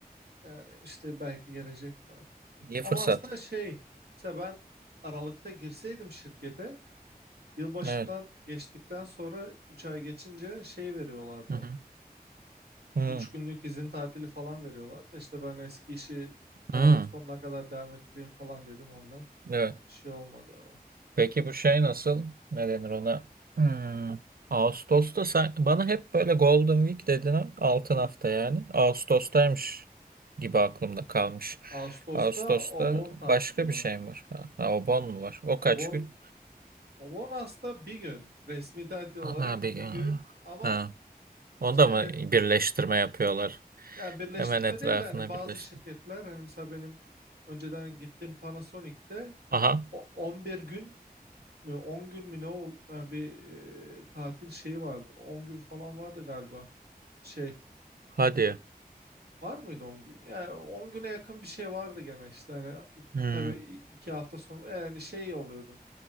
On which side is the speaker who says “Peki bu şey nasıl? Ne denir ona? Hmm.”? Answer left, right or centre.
Right